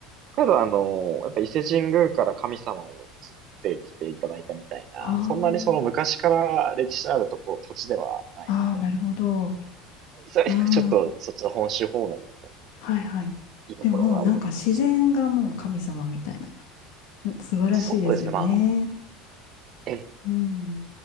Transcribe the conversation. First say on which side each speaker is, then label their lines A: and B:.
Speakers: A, on the right; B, on the left.
A: 海道はあの、やっぱ伊勢神宮から神様を移ってきていただいたみたいな、
B: あ
A: そんなにその昔から歴史のあるとこ、土地ではないの
B: あ、ああ、なるほど。
A: で、それちょっとそっちの本州方面の方
B: うん。はいはい。
A: いいところが多いかもしれない。
B: でも、なんか自然がもう神様みたいな。うん素晴らしいですよね。
A: そうですね、まあ、え、
B: うん。